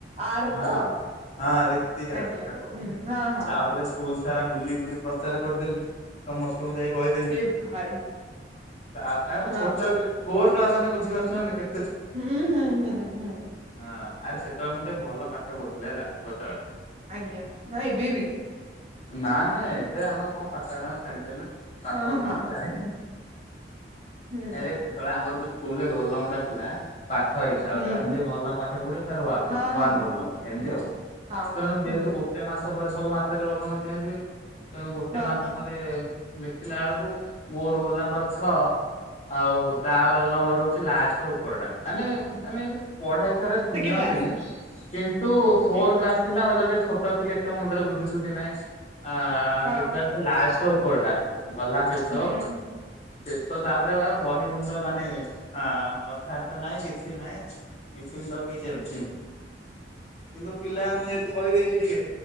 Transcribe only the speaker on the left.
ହଁ
ହଁ ରୀତିକା
କଥା କହୁଥିଲି
ତାପରେ ସ୍କୁଲସ୍ ସାରା ବୁଲି ବୁଲି ପ୍ରଚାର କରିଦେଲି ସମସ୍ତ ତୁ ଯାଇ କହିଦେଲି।
ଅବ୍-ଆରେ ମୁଁ
ଛୋଟ ବିଲି ଫୋର୍ କ୍ଲାସ୍ ମାନେ ବୁଝିପାରୁଚୁ ନାଇ କେ
ହଁ ଆରେ ସେତବେଳେ ମୁଁ ଗୋଟେ ଭଲ ପାଠ ପଢୁଥିଲେ ହେଲା ଛୋଟ ବେଲେ
ନାଇ ନାଇ ଏବେ ଆମର କଣ ପାଠ ଶାଠ ଆଉ ଆମେ ଛାଡି ସା ପାଠ
କଣ
ମୁଁ ଜାଣିନି।
ଆରେ ସେତେବେଳେ ଆମର ଯୋଉ ସ୍କୁଲରେ ରୋଲ ନମ୍ବର ଟା ଥିଲା ପାଠ ହିସାବରେ
ମାନେ ଯିଏ ଭଲ ପାଠ ପଢ଼ିବ ତାର ୱାଲ ର
ୱାନ୍
ରୋଲ୍
ନମ୍ବର ଏନ୍ତି
ଆଉ
ତେଣୁ ଯେହେତୁ
ଗୋଟେ ମାସ ମାସ ପରେ ସବୁ ମାସରେ ରୋଲ୍ ନମ୍ବର ଚେଞ୍ଜ ହୁଏ। ତେଣୁ ଗୋଟେ
ମାସ ପରେ ଦେଖିଲା ବେଳକୁ ମୋ ରୋଲ୍ ନମ୍ବର ଛଅ ଆଉ ତା ରୋଲ୍ ନମ୍ବର୍ ହଉଚି ଲାଷ୍ଟର ଉପର ଟା ମାନେ ମାନେ ଏନ୍ତି ପଢାଇ ଥରେ
ନିଅନ୍ତିନି।
କିନ୍ତୁ ଫୋର୍
କ୍ଲାସ ଥିଲା ହଁ ସେତେବେଳେ ଟିକେ ଛୋଟ ଥିଲି ଏତେ ମୁଣ୍ଡରେ ବୁଦ୍ଧି ଶୁଦ୍ଧି ନାହିଁ। ଆଁ
ଦେଖିବାର ସେ ଲାଷ୍ଟ ପରଟା। ଗଲା ଶେଷ
ଆଉ। ଶେଷ ତାପରେ ବା ବହି ମୁଣ୍ଡ ମାନେ ଆ-କଥାବାର୍ତ୍ତା ନାଇ କିଛି ନାଇ କିଛି ମୁ ତାକୁ କିଚୀନ ଚୀନ କିନ୍ତୁ ପିଲାମାନଙ୍କୁ
ଯେହେତୁ କହିଦେଇଚି ଟିକେ